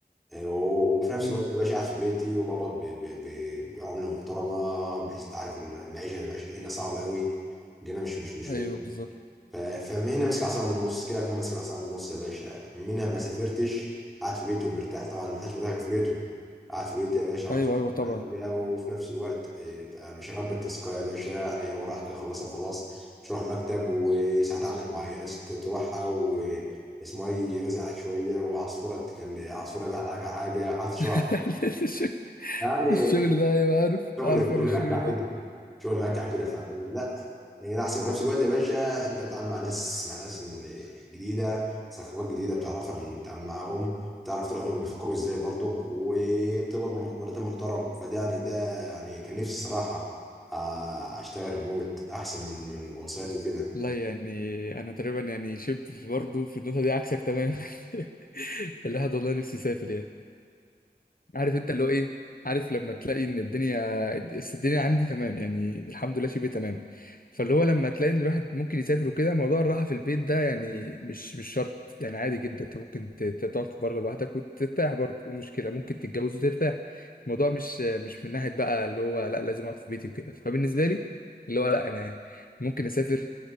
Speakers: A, in the centre; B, on the left (about 55°).
A: آه، و- وفي نفس
B: امم
A: الوقت باشا قاعد في بيتي وبقبض ب- ب- ب- بعمله محترمه بحيث انت عارف الم- المعيشه المعيشه هنا صعبه قوي جينا مش مش مش
B: ايوه بالظبط
A: ف- فهنا ماسك العصا من النص كده اكون ماسك العصا من النص يا باشا منها ما سافرتش قاعد في بيته ومرتاح طبعا ما حدش مرتاح غير في بيته قاعد في بيتي يا باشا عن
B: ايوه
A: أصول
B: ايوه طبعا
A: حاجة وفي نفس الوقت إيه، مش هغبي التاسكايه يا باشا يعني ورايا حاجه اخلصها وخلاص مش هروح مكتب وساعات عمل معينه ست- تروحها واسمه ايه يرزق عليك شويه وعصفوره تكلم عصفوره يبعت عليك على حاجه عارف شو
B: <laughs> الشغل
A: يعني
B: الشغل ده ايوه عارف
A: شغل
B: عارف
A: شغل
B: انا الشغل
A: هكع
B: ده
A: كده شغل مهكع كده فيعني لا هنا احسن وفي نفس الوقت يا باشا انت بتتعامل مع ناس مع ناس من- جديده ثقافات جديده بتعرفها من بتتعامل معاهم تعرف طريقهم بيفكروا ازاي برضك وبتقبض مح- مرتب محترم فده يعني ده يعني كان نفسي الصراحه آه، اشتغل ريموت احسن من من اون سايت وكده
B: لا يعني انا تقريبا يعني شبه برضه في النقطه دي عكسك تمام <laughs> الواحد والله نفسي يسافر يعني عارف انت اللي هو ايه عارف لما تلاقي ان الدنيا بس الدنيا عندي تمام يعني الحمد لله شبه تمام فاللي هو لما تلاقي ان الواحد ممكن يسافر وكده موضوع الراحه في البيت ده يعني مش مش شرط يعني عادي جدا انت ممكن ت- ت- تقعد بره لوحدك وترتاح برضه ايه المشكله ممكن تتجوز وترتاح الموضوع مش مش من ناحيه بقى اللي هو لا لازم اقعد في بيتي وكده فبالنسبه لي اللي هو لا انا ممكن اسافر